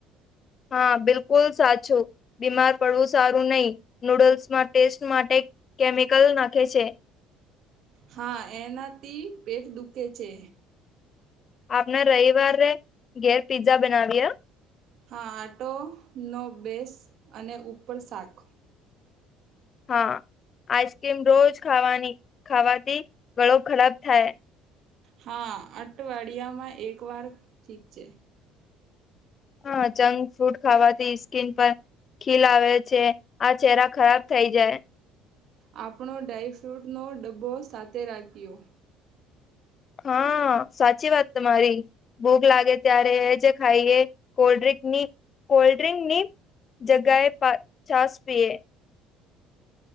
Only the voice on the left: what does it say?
હા બિલકુલ સાચું બીમાર પડવું સારું નહીિ નુડલ્સમાં ટેસ્ટ માટે કેમિકલ નાખે છે.
આપણે રવિવાર ઘેર પિઝઝા બનાવીએ.
હા આઈસ્ક્રીમ રોજ ખાવાની ખાવાથી ગળો ખરાબ થાય.
હા જંક ફૂડ ખાવાથી સ્કીન પર ખીલ આવે છે આ ચહેરા ખરાબ થઇ જાય.
હા સાચી વાત તમારી. ભૂખ લાગે ત્યારે એજ ખાઈએ કોલ્ડિક ની કોલ્ડ્રિંક ની જગએ છાાસ પીએ.